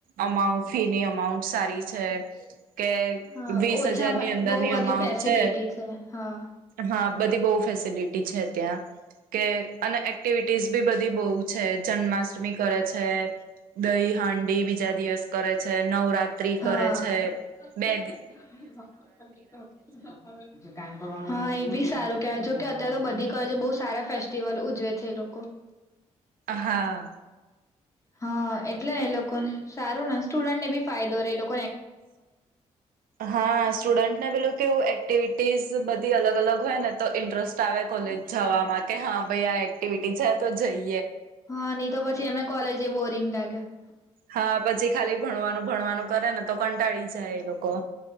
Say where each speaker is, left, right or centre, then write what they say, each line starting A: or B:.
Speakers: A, on the right; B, on the left.
A: અમાઉન્ટ ફીની અમાઉન્ટ સારી છે કે
B: હા,
A: વીસ
B: ઓછામાં,
A: હજારની અંદરની
B: બહુ બધી
A: અમાઉન્ટ
B: ફેસિલિટી
A: છે
B: છે, હા
A: હા બધી બહુ ફેસિલિટી છે ત્યાં કે અને એક્ટિવિટીઝ બી બધી બઉ છે, જન્માષ્ટમી કરે છે છે દહી હાંડી બી જ દિવસ કરે છે, નવરાત્રી
B: હા
A: કરે છે, બેિવ
B: હા એ બી સારું કેવાય કે અત્યારે તો <unintelligible> <unintelligible> બહુ સારા ફેસ્ટિવલ ઉજવે છે, એ લોકો <inaudible>
A: હા
B: હા એટલે એ લોકો સારું ને સ્ટુડન્ટ ને બી ફાયદોે એ લોકો
A: હા સ્ટુડન્ટ ને પેલું કેું એક્ટિવિટીઝ બધી અલગ અલગ હોય ને તો ઇન્ટરેસ્ટ આવે કોલેજ જવામાં કે હા ભાઈ આ એક્ટિવિટી જાય તો જઈ
B: હા નહી તો પછી એમને કોલેજ બોરિંગ <unintelligible>
A: હા પછી ખાલી ભણવાનું ભણવાનું. કરે ને તો કંટાળી જાય એ લોકો